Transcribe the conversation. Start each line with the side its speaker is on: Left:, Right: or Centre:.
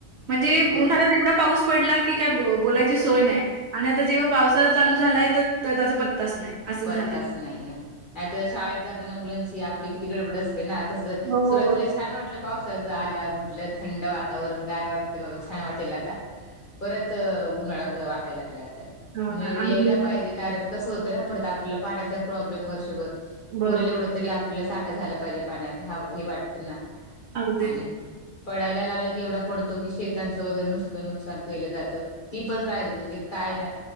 Right: म्हणजे उन्हाळ्यात
Left: हो
Right: एवढा पाऊस पडला की काय ब बोलायची सोय नाही, आणि आता जेव्हा पावसाळा चालू झालाय तर त्याचा पत्ताच नाही, असं झालंय.
Left: पत्ताच नाही नाही नाही तर शाळेत जाताना मुलांची आपली किती गडबड असते ना आता तर
Right: हो.
Left: सुरवातीलाच छान वाटल पावसाच आल्यावर म्हटल थंड वातावरण गार वाटत छान वाटल आता परत उन्हाळ्या वाटायला लागल आता
Right: हो
Left: मे
Right: ना
Left: बी
Right: आणि
Left: यायला पाहिजे कारण कस होत ना परत आपल्याला पाण्याचा प्रॉब्लेम वर्षभर
Right: बरोबर.
Left: पुरेल एवढ तरी आप ला साठा झाला पाहिजे पाण्याचा हव हे वाटत ना
Right: अगदीच.
Left: आणि पडायला लागला की एवढा पडतो की शेतांच वगैरे नुसत नुकसान केल जात ती पण काळज म्हणजे काय ना